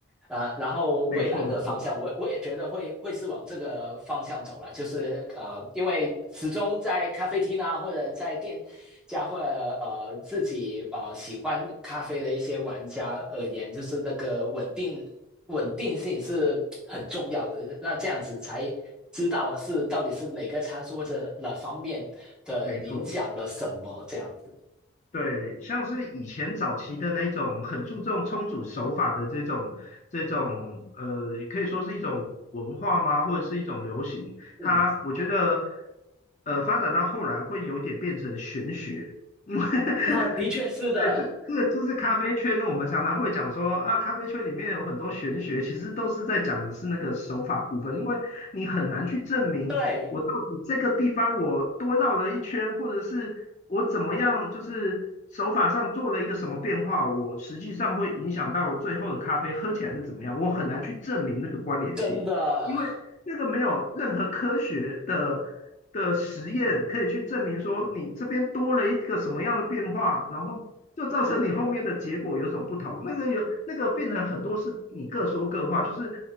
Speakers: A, in the centre; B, on the left.
A: 呃，然后未来的方向，
B: 没错没错
A: 我我也觉得会会是往这个方向走了，就是呃，因为始终在咖啡厅啊，或者在店家，或者呃自己呃喜欢咖啡的一些玩家而言，就是那个稳定稳定性是很重要的。那这样子才知道是到底是哪个参数或者哪方面的影响了什么这样子。
B: 没错。对，像是以前早期的那种很注重冲煮手法的这种这种呃，可以说是一种文化吗，或者是一种流行？
A: 嗯，
B: 它我觉得呃，发展到后来会有一点变成玄学，<laughs>
A: 那的确是的，
B: 对，这这个就是咖啡圈，我们常常会讲说啊，咖啡圈里面有很多玄学，其实都是在讲的是那个手法部分，因为你很难去证明我到底这个地方我多绕了一圈，
A: 对，
B: 或者是我怎么样，就是手法上做了一个什么变化，我实际上会影响到我最后的咖啡喝起来是怎么样，我很难去证明那个关联性，
A: 真的。
B: 因为那个没有任何科学的。的实验可以去证明说你这边多了一个什么样的变化，然后就造成你后面的结果有什么不同？那个有那个变成很多是你各说各话，就是